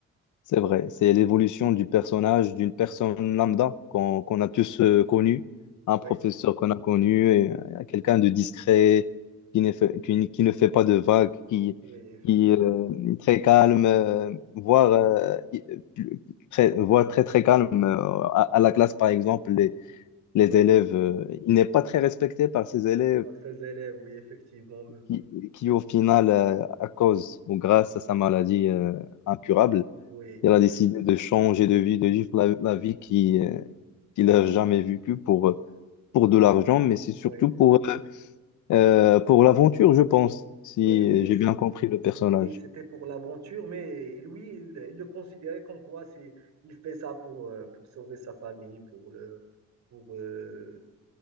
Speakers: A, on the left (about 75°); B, on the right (about 65°).
A: C'est vrai. C'est l'évolution du personnage, d'une personne lambda qu'on qu'on a tous euh, connu, un
B: Oui,
A: professeur qu'on a connu, et, euh, quelqu'un de discret, qui ne fait, qui, ne qui ne fait pas de vagues, qui,
B: oui, effectivement.
A: qui euh, est très calme, euh, voire, euh, i- plus- très, voire très très calme euh, à, à la classe, par exemple. les
B: Oui,
A: élèves, euh, il n'est pas très respecté par ses élèves
B: par ses élèves, oui, effectivement.
A: qui, qui au final, euh, à cause ou grâce à sa maladie euh, incurable,
B: Oui,
A: il a
B: oui,
A: décidé de changer de vie, de vivre la, la vie qui, euh, qu'il n'a jamais vécue pour, euh, pour de l'argent, mais c'est surtout
B: oui.
A: pour, euh, euh, pour l'aventure, je pense, si
B: Oui, oui,
A: j'ai
B: c'est-
A: bien compris le personnage.
B: oui, c'était pour l'aventure, mais lui, il, il le considérait comme quoi c'est, il fait ça pour, euh, pour sauver sa famille, pour le, pour, euh,